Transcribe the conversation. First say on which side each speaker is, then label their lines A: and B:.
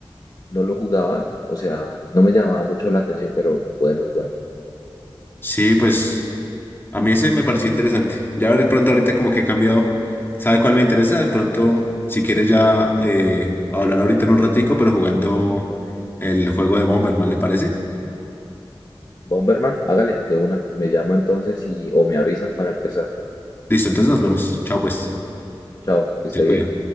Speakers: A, on the left; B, on the left.
A: no lo jugaba, o sea, no me llamaba mucho la atención, pero bueno, igual.
B: Sí, pues. A mí ese me pareció interesante. Ya de pronto ahorita como que he cambiado. ¿Sabe cuál me interesa? De pronto, si quieres ya eh, hablar ahorita en un ratico, pero jugando el juego de Bomberman, ¿le parece?
A: Bomberman, hágale de una. Me llamo entonces y o me avisa para empezar.
B: Listo, entonces nos vemos. Chao pues.
A: Chao, que esté
B: Se cuida.
A: bien.